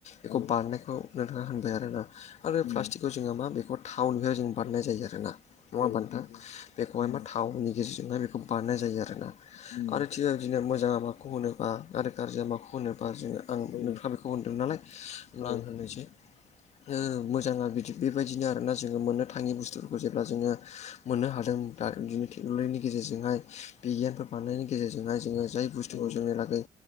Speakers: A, on the left (about 60°); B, on the left (about 80°).
A: बेखौ
B: औ
A: बारनायखौ नोंथाङा होनबाय आरोना आरो
B: उम
A: प्लास्टिकखौ जोङो मा बेखौ थावनिफ्राय जों बानानाय जायो आरोना नङा होनबा
B: औ
A: नोंथां
B: नंगौ
A: बेखौहाय
B: उम
A: मा थावनि गेजेरजोंहाय बेखौ बानायनाय जायो आरो ना
B: उम
A: आरो थि बिदिनो मोजाङा माखौ होनो बा गाज्रि आरो गाज्रिया माखौ होनोबा जोङो आं
B: औ
A: नोंथाङा बेखौ होनदोंमोन नालाय होनोमब्ला
B: औ
A: आं होननोसै ओ मोजाङा बिदि बेबायदिनो आरोना जोङो मोननो थाङि बुस्थुफोरखौ जेब्ला जोङो मोननो हादों दा बिदिनो टेक्न'लजिनि गेजेरजोंहाय बिगियानफोर बानायनायनि गेजेरजोंहाय जोङो जाय बुस्थुखौ
B: औ
A: जोंनि लागै